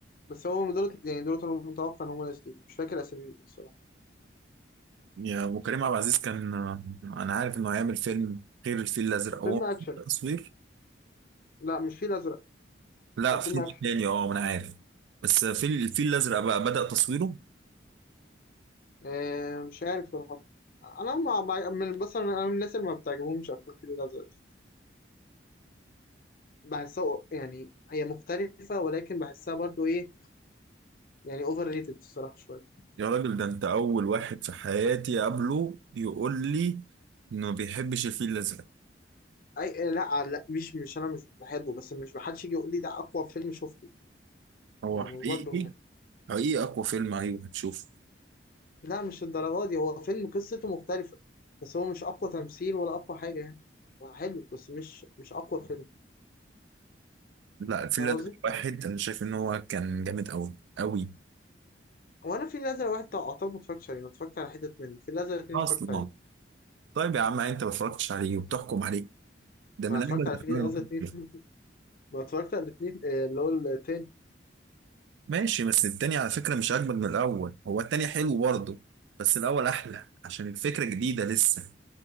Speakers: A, on the left; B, on the right.
A: بس هو دول يعني دول أنا متوقع إن هم نازلين مش فاكر أساميهم إيه الصراحة
B: يا ابو كريم عبد العزيز كان انا عارف انه هيعمل فيلم غير الفيل الازرق
A: فيلم
B: هو
A: اكشن
B: تصوير
A: لا مش فيل ازرق
B: لا
A: هو فيلم
B: فيلم
A: اكشن
B: تاني اه ما انا عارف بس فيل الفيل الازرق بقى بدأ تصويره
A: آه مش عارف صراحه انا ما ما- من بس انا أنا من الناس اللي ما بتعجبهمش افلام الفيل الازرق دي بحسها يعني هي مختلفه ولكن بحسها برضو ايه يعني اوفر ريتد الصراحه شويه
B: يا راجل ده انت اول واحد في حياتي اقابله يقول لي انه ما بيحبش الفيل الازرق
A: اي لا لا مش مش انا مش بحبه بس مش محدش يجي يقول لي ده اقوى فيلم شفته
B: هو
A: يعني
B: حقيقي
A: برضو ما-
B: حقيقي اقوى فيلم ايوه هتشوفه
A: لا مش الدرجه دي هو فيلم قصته مختلفه بس هو مش اقوى تمثيل ولا اقوى حاجه يعني هو حلو بس مش مش اقوى فيلم
B: لا الفيل
A: فاهم
B: الازرق
A: قصدي
B: واحد انا شايف ان هو كان جامد قوي قوي
A: هو انا في الازرق واحد بتاع قطار ما اتفرجتش عليه انا اتفرجت على حتت منه في الازرق اتنين
B: اصلا
A: اتفرجت عليه
B: طيب يا عم انت ما اتفرجتش عليه وبتحكم عليه ده
A: ما
B: من
A: اتفرجت
B: اجمل الافلام
A: على في الازرق
B: اللي ممكن
A: اتنين
B: تشوفها.
A: <laughs> ما اتفرجت على الاتنين آه، اللي هو التاني
B: ماشي بس التاني على فكرة مش أجمد من الأول هو التاني حلو برضه بس الأول أحلى عشان الفكرة جديدة لسه